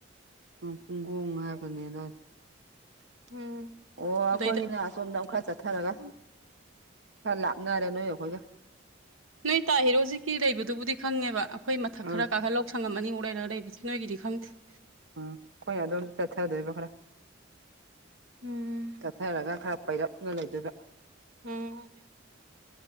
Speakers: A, on the right; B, on the right.
A: ꯎꯝ ꯄꯨꯡꯒꯣꯡ ꯍꯥꯏꯕꯅꯦ ꯑꯗꯥꯏꯗ ꯫
B: ꯎꯝ
A: ꯑꯣ ꯑꯈꯣꯏꯒꯤꯅ
B: ꯑꯗꯩꯗ
A: ꯁꯣꯝꯗ ꯈꯔ ꯆꯠ ꯊꯔꯒ ꯈꯔ ꯂꯥꯞꯅꯔꯦ ꯅꯣꯏꯒ ꯑꯩꯈꯣꯏꯒ ꯫
B: ꯅꯣꯏ ꯇꯥ ꯍꯦꯔꯣꯖꯤꯠꯀꯤ ꯂꯩꯕꯗꯨꯕꯨꯗꯤ ꯈꯪꯉꯦꯕ ꯑꯩꯈꯣꯏ ꯃꯊꯛ
A: ꯑꯥ
B: ꯈꯔ ꯀꯥꯈꯠꯂ ꯂꯧ ꯁꯪꯉꯝ ꯑꯅꯤ ꯃꯨꯛ ꯂꯩꯔꯒ ꯂꯩꯕꯁꯦ ꯅꯣꯏꯒꯤꯗꯤ ꯈꯪꯗꯦ ꯫
A: ꯎꯝ ꯑꯩꯈꯣꯏꯅꯗꯣꯝ ꯆꯠꯊꯗꯣꯏꯕ ꯈꯔ
B: ꯎꯝ
A: ꯆꯠꯊꯔꯒ ꯈꯔ ꯄꯩꯔꯞꯅ ꯂꯩꯗꯣꯏꯕ ꯫
B: ꯎꯝ